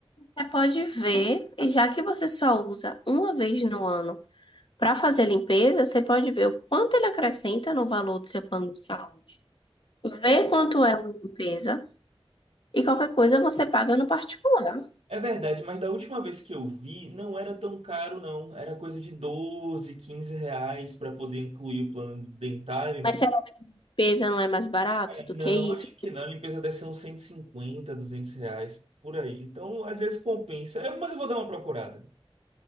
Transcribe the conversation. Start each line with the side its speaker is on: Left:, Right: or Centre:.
Left: Você pode ver, e já que você só usa uma vez no ano para fazer a limpeza, você pode ver o quanto ele acrescenta no valor do seu plano de saúde. Vê quanto é uma limpeza e qualquer coisa você paga no particular.
Right: É verdade, mas da última vez que eu vi, não era tão caro, não. Era coisa de 12, 15 reais para poder incluir o plano dentário.
Left: Mas se a limpeza não é mais barato
Right: É,
Left: do
Right: Não,
Left: que isso,
Right: acho que não. A limpeza deve ser uns 150, 200 reais por aí. Então, às vezes compensa. É, mas eu vou dar uma procurada.